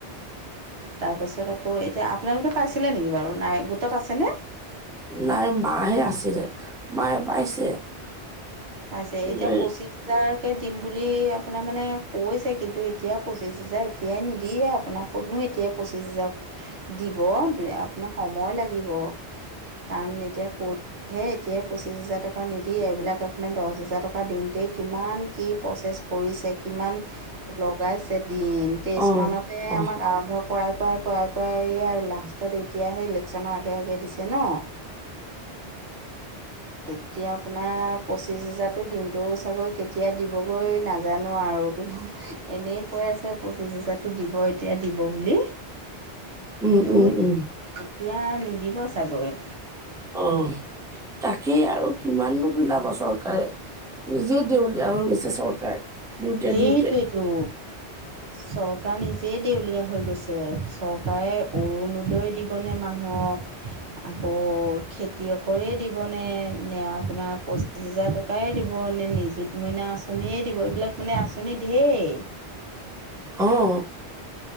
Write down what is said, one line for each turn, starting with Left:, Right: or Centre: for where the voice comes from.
Right: তাৰপাছত আকৌ এতিয়া আপোনালোকে পাইছিলে নেকি বাৰু নাই গোটত আছেনে?
Centre: নাই মায়েহে আছিলে মায়ে পাইছে।
Right: পাইছে
Centre: কিন্তু
Right: এতিয়া পঁচিছ। পঁচিছ হেজাৰকৈ দিম বুলি আপোনাৰ মানে কৈছে, কিন্তু এতিয়া পঁচিছ হেজাৰ এতিয়াই নিদিয়ে আপোনাক। কতনো এতিয়া পঁচিছ হেজাৰ দিব আপোনাৰ সময় লাগিব। কাৰণ এতিয়া কয়হে এতিয়া। পশিচ হাজাৰ টকা নিদিয়ে, এই বিলাক আপোনাৰ দেশ হাজাৰ টকা দিওঁতে কিমান কি পচেছ কিৰিছে। কিমান লগাইছে দিন। তেইছ
Centre: অ',
Right: মানতে
Centre: অ',
Right: আমাক আৰম্ভ কৰাই- কৰাই -কৰাই -কৰাই এই লাষ্টত এতিয়াহে ইলেকশ্যনৰ আগে আগে দিছে ন' এতিয়া আপোনাৰ পঁচিছ হেজাৰটো দিনটোও চাগৈ কেতিয়া দিবগৈ নাজানো আৰু কিন্তু। এনেই কৈ আছে পঁচিছ হোজাৰটো দিব এতিয়া দিব বুলি।
Centre: উম,
Right: কিন্তু
Centre: উম, উম,
Right: এতিয়া নিদিব চাগৈ।
Centre: অ'তাকেই আৰু কিমান বিলাব চৰকাৰে। নিজে দেউলীয়া হৈ গৈছে চৰকাৰ। দিওঁতে
Right: সেইটোৱেইটো
Centre: দিওঁতে
Right: চৰকাৰ নিজেই দেউলীয়া হৈ গৈছে। চৰকাৰে অৰুণোদয় দিবনে মানুহক আকৌ খেতি। খেতিয়কৰেই দিবনে নে আপোনাৰ পঁচিছ হোজাৰ টকায়ে দিব নে নিযুত মইনা আচনি আঁচনিয়েই দিব এইবিলাক মানে আঁচনি ঢেই।
Centre: অ'